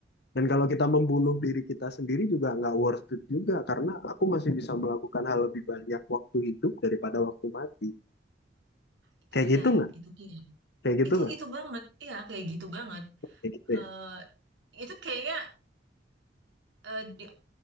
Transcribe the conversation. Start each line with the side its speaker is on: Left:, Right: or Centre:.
Left: dan kalau kita membunuh diri kita sendiri juga nggak worth it juga karena aku masih bisa melakukan hal lebih banyak waktu hidup daripada waktu mati
Right: itu
Left: kayak
Right: dia,
Left: gitu nggak
Right: itu dia.
Left: kayak gitu
Right: Itu
Left: nggak
Right: itu banget, iya kayak gitu banget.
Left: kayak gitu
Right: Eh
Left: ya
Right: itu kayaknya eh, di,